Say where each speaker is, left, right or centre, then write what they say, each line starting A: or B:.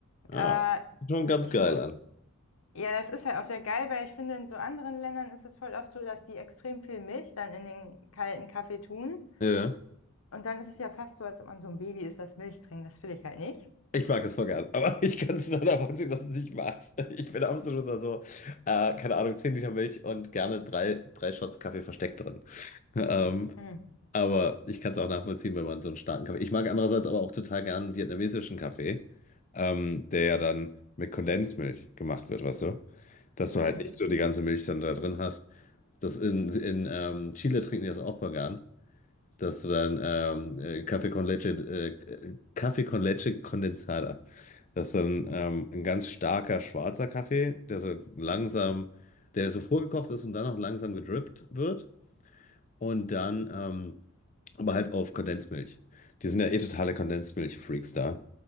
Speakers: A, on the left; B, on the left.
A: Ah,
B: Aber
A: sieht schon ganz
B: ich
A: geil
B: finde das,
A: an.
B: ja, das ist halt auch sehr geil, weil ich finde, in so anderen Ländern ist es voll oft so, dass die extrem viel Milch dann in den kalten Kaffee tun.
A: Ja.
B: Und dann ist es ja fast so, als ob man so ein Baby ist, das Milch trinkt. Das will ich halt nicht.
A: Ich mag das voll gern, aber <laughs> ich kann es nur davon sehen, dass du es nicht magst. Ich bin absoluter so, äh, keine Ahnung, 10 Liter Milch und gerne drei, drei Shots Kaffee versteckt drin. Ähm,
B: Mm,
A: Aber ich kann es auch nachvollziehen, wenn man so einen starken Kaffee. Ich mag andererseits aber auch total gern vietnamesischen Kaffee, ähm, der ja dann mit Kondensmilch gemacht wird, weißt du? Dass
B: mm,
A: du halt nicht so die ganze Milch dann da drin hast. Das in, in ähm, Chile trinken die das auch vegan, dass du dann ähm, äh, Kaffee con leche, äh, äh, Kaffee con leche Condensada. Das ist dann ähm, ein ganz starker schwarzer Kaffee, der so langsam, der so vorgekocht ist und dann auch langsam gedrippt wird und dann ähm, aber halt auf Kondensmilch. Die sind ja eh totale Kondensmilch-Freaks da.